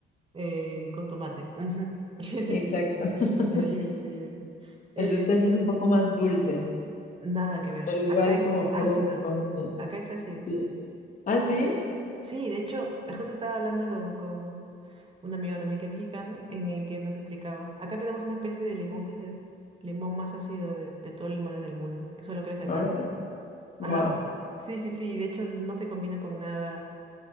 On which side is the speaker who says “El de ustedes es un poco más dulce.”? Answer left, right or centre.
Left